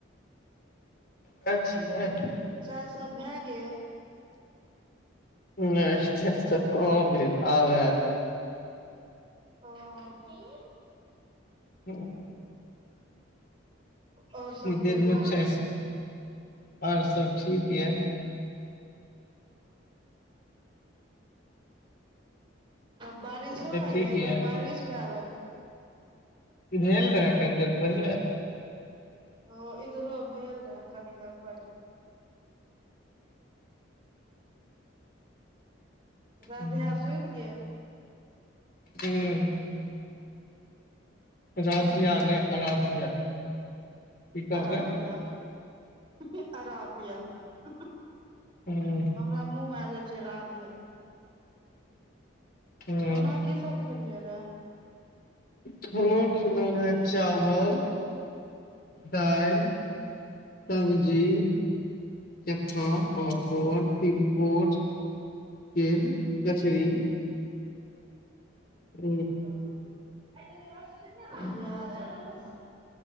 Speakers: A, on the left; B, on the right.
A: कत छिय
B: चाय सब भए गेल
A: नहि चाय सब कहाँ भेल आब हैत
B: ओ <unintelligible>
A: हुँ
B: ओर सब
A: देर
B: कहियौ
A: मे छै सब आर सब ठीक यै
B: <unintelligible> बारिशो होये
A: ठीक
B: एत
A: यै
B: बारिश भै रहल ये
A: भेल रहै कनि देर पहिले
B: ओ इधरो भेल रहे कनी देर पहिने
A: हूं
B: राध्या सुत गेल
A: हूँ राधिया
B: हूँ
A: नै अराध्या की कहबै
B: अराध्या हँह अराध्या हुँह
A: हूं
B: - हमरा मुँह मे आइब जाइ छै राधिया
A: हूं
B: खाना की सब खेलियै रेय
A: खाना खेलो रहै चावल दाइल सब्जी चप्पा
B: हूँ
A: पापड़ तिलकोर केे कचरी हूँ
B: ओ <inaudible>
A: <inaudible>
B: इएह सब खैलौ